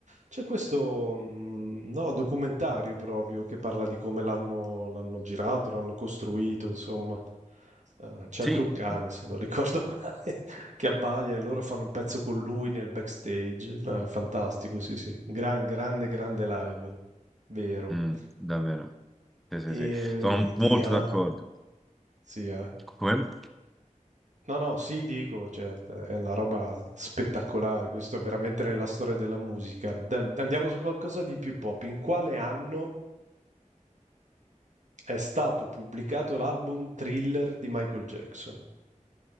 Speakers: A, on the right; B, in the centre.
A: C'è questo, mh, no, documentario proprio che parla di come l'hanno l'hanno girato, l'hanno costruito, insomma. Eh, c'è
B: Sì,
A: anche un cane, se non ricordo <laughs> male, che abbaia e loro fanno un pezzo con lui nel backstage. No, è fantastico, sì, sì. Gran, grande, grande live, vero.
B: Mm, davvero. Sì, sì,
A: E
B: sì. Sono
A: vedi,
B: molto
A: ah,
B: d'accordo.
A: sì, eh.
B: Come?
A: No, no, sì, dico, cioè, è una roba spettacolare, questo è veramente nella storia della musica. Dai, Andiamo su qualcosa di più pop. In quale anno è stato pubblicato l'album Thriller di Michael Jackson?